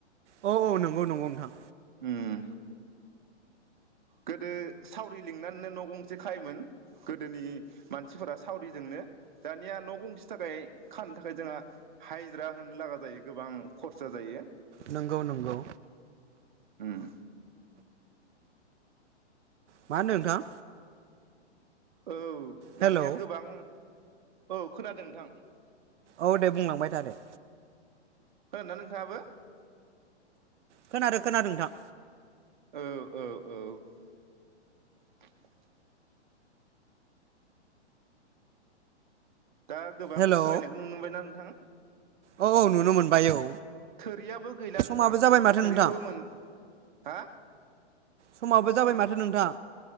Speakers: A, on the right; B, on the right.
A: औ औ नंगौ नंगौ नोंथां
B: उम गोदो सावरि लिंनानैनो न गंसे खायोमोन गोदोनि मानसिफोरा सावरिजोंनो दानिया न गंसे थाखाय खानो थाखाय जोंहा हायजिरा होनो लागा जायो गोबां खरसा जायो
A: नोंगौ नोंगौ
B: ओम
A: मा होनदों नोंथां
B: औ
A: हेलौ
B: दानिया गोबां औ खोनादों नोंथां
A: औ दे बुंलांबाय था दे
B: खोनादोना नोंथाङाबो
A: खोनादो खोनादो नोंथां
B: औ औ औ दा गोबां
A: हेलौ
B: सोलायनायखौ नुनो मोनबायना नोंथां
A: औ औ नुनो मोनबाय औ
B: थोरियाबो गैला
A: समाबो
B: नोंथां
A: जाबाय माथो
B: थोरिखौबो
A: नोंथां
B: मोन हा
A: समाबो जाबाय माथो नोंथां